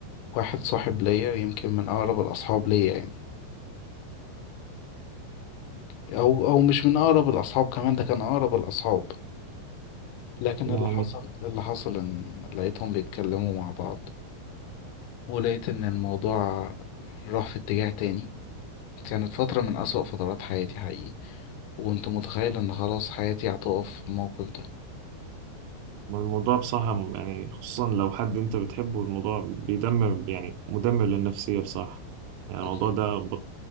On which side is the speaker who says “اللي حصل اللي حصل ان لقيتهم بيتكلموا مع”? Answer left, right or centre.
Left